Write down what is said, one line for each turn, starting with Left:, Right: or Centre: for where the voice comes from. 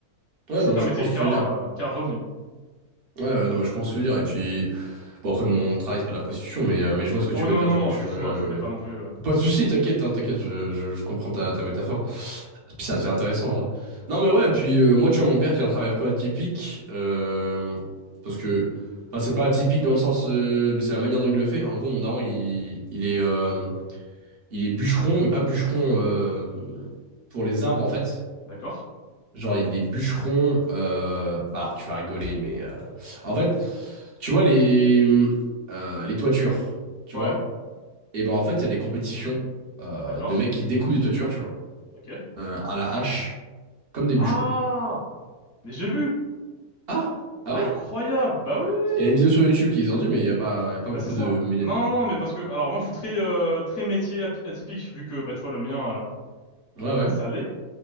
Right: ouais,
Left: C'est
Right: non mais
Left: un
Right: je
Left: métier
Right: comprends ce
Left: car,
Right: que tu veux dire.
Left: euh, car revenu.
Right: Ouais, ouais, non mais je comprends ce que tu veux dire et puis. Bon, après, mon travail, c'est pas de la prostitution, mais, euh, mais je vois ce que tu
Left: Oh
Right: veux
Left: non,
Right: dire,
Left: non,
Right: je vois
Left: non,
Right: où tu
Left: excuse-moi,
Right: veux.
Left: je voulais pas non plus... euh,
Right: Pas de soucis, t'inquiète, hein, t'inquiète, je, je, je comprends ta, ta métaphore. Puis ça, c'est intéressant, ouais. Non, mais ouais, puis euh, moi, tu vois, mon père qui a un travail un peu atypique, euh, parce que, enfin, c'est pas atypique dans le sens, euh, mais c'est la manière dont il le fait. En gros, mon daron, il, il est, euh, il est bûcheron, mais pas bûcheron euh, pour les arbres, en fait.
Left: D'accord?
Right: Genre, il est bûcheron, euh, bah, alors, tu vas rigoler, mais euh, en fait, tu vois les, euh, les toitures, tu
Left: Ouais,
Right: vois? Et ben en fait, il y a des compétitions euh,
Left: d'accord.
Right: de mecs qui découpent des toitures, tu vois,
Left: Ok.
Right: euh, à la hache, comme des bûcherons.
Left: Ah! Mais j'ai vu!
Right: Ah! Ah
Left: Incroyable!
Right: ouais? Parce
Left: Bah oui, oui,
Right: qu'il
Left: oui!
Right: y a une
Left: oui.
Right: vidéo sur YouTube qui est sortie, mais il n'y a pas, il y a pas
Left: Bah
Right: beaucoup
Left: c'est ça.
Right: de médias.
Left: Non, non, mais parce que... Alors, moi, je suis très, euh, très métier api- atypique, vu que, bah, tu vois, le mien...
Right: Ouais,
Left: euh, euh,
Right: ouais.
Left: ça l'est.